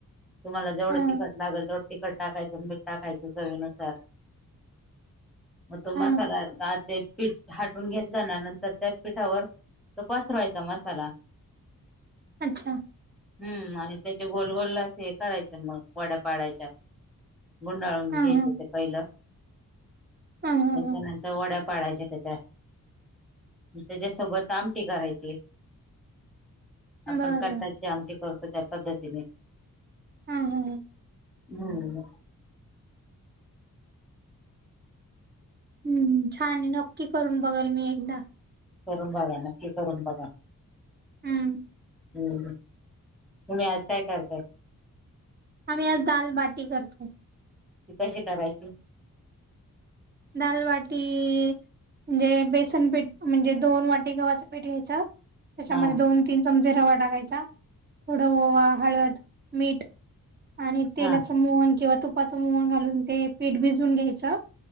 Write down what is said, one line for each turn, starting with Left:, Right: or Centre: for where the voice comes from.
Centre: तुम्हांला जवढं
Right: हा
Centre: तिखंट लागलं तेवढ तिखंट टाकायंच मिठ टाकायचं चवीनुसारं तो मसांला
Right: हा
Centre: दानत एक पीठ हाटूंन घेतलां नां नंतर त्यां पिठांवरं तो पसरांवयांचा मसांला
Right: अच्छा
Centre: हम्मं आणि त्याचे गोल गोलला असं हे करायचं मंग वड्यांपाडांयच्यां गुंडाळून
Right: हा
Centre: घ्यांयचे
Right: हा
Centre: ते पहिलं
Right: हा हा
Centre: त्यांच्यानंतर
Right: हा
Centre: वड्यां पाडयच्यां त्यांच्या त्यांच्यासोबत आमटी करायची आपणं
Right: बरं
Centre: काटांची आमटी करतो त्यां पद्धतीने
Right: हम्मं हम्मं
Centre: हम्मं
Right: हम्मं छांन आहे नक्की करूंन बघंल मी एकदां
Centre: करूंन बघां नक्की करूंन बघां
Right: हम्मं
Centre: हम्मं तुम्हीं आंज कायं करतांय
Right: आम्हीं आंज दालबाटी करतोय
Centre: ते कशी करायची
Right: दालवाटी म्हणजे बेसन पीठ म्हणजे दोन वाटी गव्हाचं पीठ घ्यायचं त्यांच्यामध्यें
Centre: हा
Right: दोन तीनं चमचे रवां टाकायचां थोडं ओवा हळंद मीठ आणि तेलाचं
Centre: हा
Right: मोहन किंवा तुपाचं मोहन घालूंन ते पीठ भिजूंन घ्यायचं